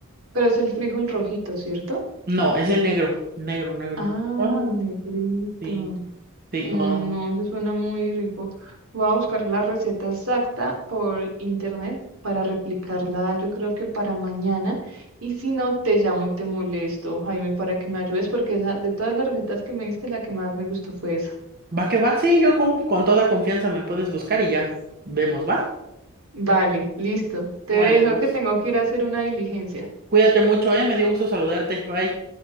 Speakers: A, on the right; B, on the right.
A: Pero es el frijol rojito, ¿cierto?
B: No, es el negro, negro, negro.
A: Ah,
B: Ah,
A: el negrito.
B: sí, sí,
A: Ay,
B: oh.
A: no, eso suena muy rico. Voy a buscar la receta exacta por internet para replicarla, yo creo que para mañana. Y si no, te llamo y te molesto, Jaime, para que me ayudes, porque esa, de todas las recetas que me diste, la que más me gustó fue esa.
B: Va que va, sí, yo con, con toda confianza me puedes buscar y ya vemos, ¿va?
A: Vale, listo. Te
B: Vale,
A: dejo
B: pues.
A: que tengo que ir a hacer una diligencia.
B: Cuídate mucho, eh, me dio gusto saludarte. Bye.